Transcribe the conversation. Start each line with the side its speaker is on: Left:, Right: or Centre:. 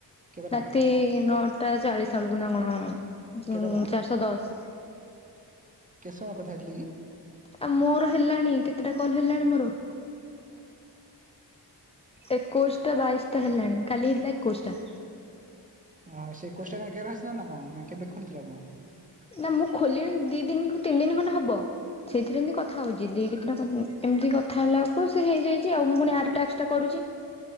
Right: କେତେ
Left: ରାତି
Right: ଟଙ୍କା
Left: ନଅଟା ଚାଳିଶାଳୁକୁ ନା କଣ ଉଁ କୁଁ
Right: କେତେ ଟଙ୍କା
Left: ଚାରିଶ ଦଶ।
Right: କେତ୍ ସମୟ କଥା ହେଇଥିଲେ କି?
Left: ଆ ମୋର ହେଲାଣି କେତେଟା କଲ୍ ହେଲାଣି ମୋର।
Right: <inaudible>
Left: ଏକୋଉଶଟା ବାଇଶଟା ହେଲାଣି କାଲି ହେଇଥିଲା ଏକୋଇଶଟା।
Right: ଓଁ ସେ ଏକୋଇଶଟା <unintelligible> ଆସିଲା ନା କଁ ନା କେବେ ଖୋଲିଥିଲେ ଆପଣ?
Left: ନା ମୁଁ ଖୋଲିଣି ଦି ଦିନିକୁ ତିନ ଦିନ ଖଣ୍ଡେ ହବ। ଛେଇଥିରେ ଇନ୍ତି କଥା ହଉଚି ଦି କେତେଟା କ ଉଁ ଏମତି କଥା ହେଲାକୁ ସେ ହେଇଯାଇଚି ଆଉ ମୁଁ ପୁଣି ଆର ଟାକ୍ସଟା କରୁଚି।